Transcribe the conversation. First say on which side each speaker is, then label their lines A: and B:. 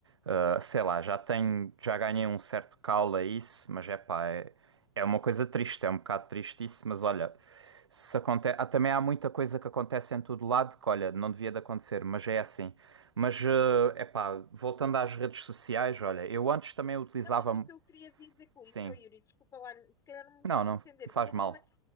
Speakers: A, on the right; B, on the left.
A: ah, sei lá, já tenho, já ganhei um certo calo a isso, mas é pá, é. É uma coisa triste, é um bocado triste isso, mas olha, se aconte... ah, também há muita coisa que acontece em todo lado que, olha, não devia de acontecer, mas é assim. Mas, é epá, voltando às redes sociais, olha, eu antes também utilizava.
B: Não, mas o que eu queria dizer com
A: Sim.
B: isso, oh Yuri, desculpa lá, se calhar não me
A: Não,
B: fiz
A: não
B: entender.
A: faz
B: O problema
A: mal.